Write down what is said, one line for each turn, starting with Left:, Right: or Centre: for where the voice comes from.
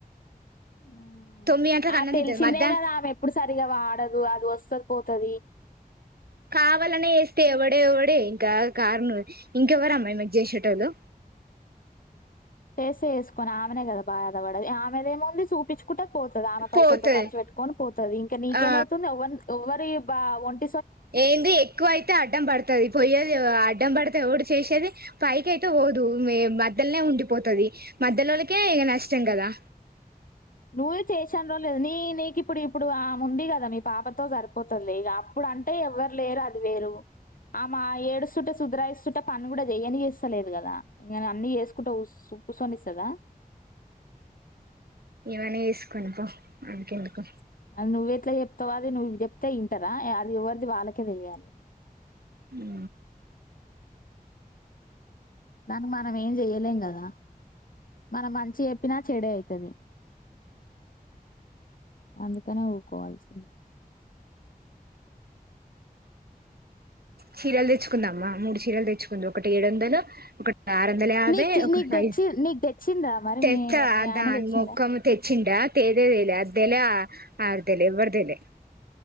Left: మ్మ్.
Right: తొమ్మిది గంటలకు
Left: ఆ
Right: అన్నం
Left: తెలిసిందే
Right: తింటది మధ్యా
Left: కదా ఆమె ఎప్పుడు సరిగా వాడదు అది వస్తుది పోతుది
Right: కావాలనే చేస్తే ఎవడే ఎవడే ఇంకా కారణ ఇంకెవ్వర అమ్మా ఈమెకి చేసేటోళ్ళు
Left: చేసే వేసుకొని ఆమెనే కదా బాధ పడది ఆమెద ఏమముంది చూపించుకుంట పోతాది ఆమె పైసలతో
Right: పోతది
Left: ఖర్చు పెట్టుకొని పోతుంది ఇంకా నీకేమైతుంది
Right: ఆ
Left: బా ఒంట
Right: ఏంది ఎక్కువ అయితే అడ్డం పడుతుది పోయ్యేది ఇడం పడితే టి చేసేది పైకి అయితే పోదు మ మధ్యలోనే ఉండిపోతుది మధ్యలోళకే ఇక నష్టం కదా
Left: నువ్వే చేసాను రోజులేదు నీ నీకు ఇప్పుడు ఇప్పుడు ఆ ఉంది కదా మీ పాపతో సరిపోతుంది లేక అప్పుడు అంటే ఎవరు లేరు అది వేరు ఆమె ఏడుస్తుంటే సుధ్రయిస్తుంటే పని కూడా చెయని ఇస్తలేదు కదా ఇ అన్ని చేసుకుంటే కూర్చొనిస్తుదా
Right: అనే చేస్కొని పో నాకు ఎందుకు
Left: అది నువ్ ఎట్లా చెప్తావా అది నువ్వు చెప్తే ఇంటరా అది ఎవరిది వాళ్ళకే తెయాలి
Right: ఆ
Left: దానికి మనం ఏం చెయలేం కదా మన మంచి చెప్పినా చెడే అవుతుంది అందుకనే ఊకోవాల్సింది
Right: చీరలు తెచ్చుకుందమా ఒక మూడు చీరలు తెచ్చుకుంది ఒకటి ఏడు వందలు ఒకటి ఆరు వందల యాభై
Left: నీకు చి-
Right: ఒకై
Left: నీకు తెచ్చి నీకు తెచ్చిండ్రా మరి
Right: తెచ్చా
Left: మీ మీ ఆయన
Right: దాని
Left: తెచ్చిండ
Right: మొఖం తెచ్చిందడా తేదే తెేలే అద్దెలా అ తేలి ఎవర్టేలే